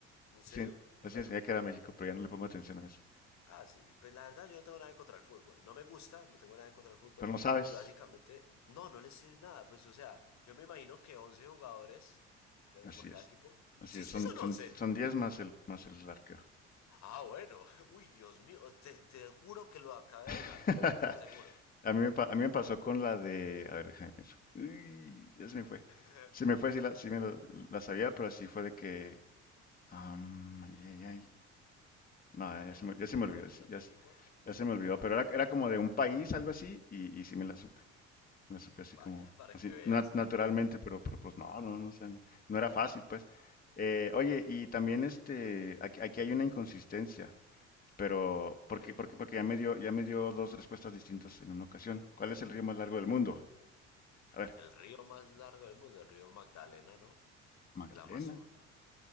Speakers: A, on the left; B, on the left.
A: ¿En serio?
B: Sí, así
A: Bueno,
B: me sentía que era México, pero ya no le pongo atención a eso.
A: Ah, sí, pues la verdad yo no tengo nada en contra el fútbol, no me gusta, no tengo nada en contra el fútbol
B: Pero no sabes.
A: y básicamente, no, no les sé nada, pues o sea, yo me imagino que 11 jugadores eh,
B: Así
A: por
B: es.
A: cada equipo,
B: Así
A: sí,
B: es.
A: sí
B: Son,
A: son
B: son,
A: 11,
B: son 10 más el, más el arquero.
A: ah, bueno, <laughs> uy, Dios mío, te, te juro que lo acabo
B: <laughs>
A: de adivinar, se lo, se lo aseguro.
B: A mí me, pa- a mí me pasó con la de. A ver, déjame pienso. Uy, ya se me fue.
A: <laughs>
B: Se me fue, sí, la, sí me lo- la sabía, pero así fue de que. Am, ay, ay, ay. No,
A: A
B: ya
A: ver,
B: se me,
A: con
B: ya
A: los
B: se
A: jugadores
B: me olvidó. es-
A: de otro
B: Ya, s-
A: equipo,
B: ya se me olvidó.
A: ah,
B: Pero era, era como de un país, algo así, y, y sí me la supe. Me la supe así
A: vaya,
B: como,
A: <laughs> para
B: así,
A: que veas.
B: na- naturalmente, pero, pero pues no, no, no sé, no, no era fácil, pues. Eh, oye, y también este, aquí, aquí hay una inconsistencia, pero porque,
A: ¿Qué?
B: porque, porque ya me dio, ya me dio dos respuestas distintas en una ocasión. ¿Cuál es el río más largo del mundo? A ver,
A: El río más largo del mundo, el río Magdalena, ¿no?
B: Magdalena.
A: El Amazonas.